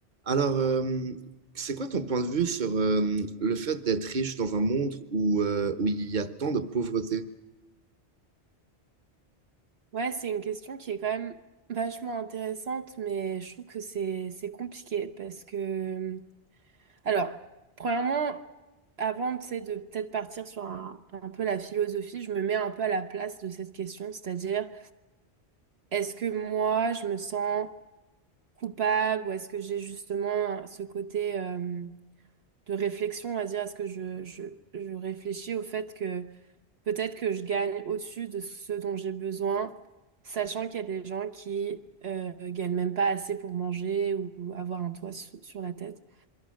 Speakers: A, on the right; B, on the right.
A: Alors, euh, c'est quoi ton point de vue sur euh, le fait d'être riche dans un monde où, euh, où il y a tant de pauvreté?
B: Ouais, c'est une question qui est quand même vachement intéressante, mais je trouve que c'est c'est compliqué parce que alors, premièrement, avant, tu sais, de peut-être partir sur un, un peu la philosophie, je me mets un peu à la place de cette question, c'est-à-dire est-ce que moi je me sens coupable ou est-ce que j'ai justement ce côté euh, de réflexion, à dire est-ce que je, je, je réfléchis au fait que Peut-être que je gagne au-dessus de ce dont j'ai besoin, sachant qu'il y a des gens qui euh, gagnent même pas assez pour manger ou avoir un toit su- sur la tête.